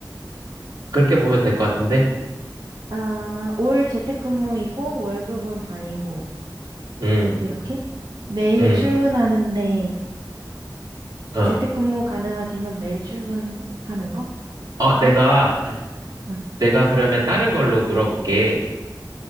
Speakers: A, on the right; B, on the right.
A: 그렇게 보면 될 것 같은데?
B: 아, 올 재택근무이고 월급은 반이고,
A: 음,
B: 이렇게? 매일
A: 음,
B: 출근하는데
A: 어.
B: 재택근무 가능하지만 매일 출근하는 거?랑?
A: 어, 내가, 자,
B: 응.
A: 내가 그러면 다른 걸로 물어볼게.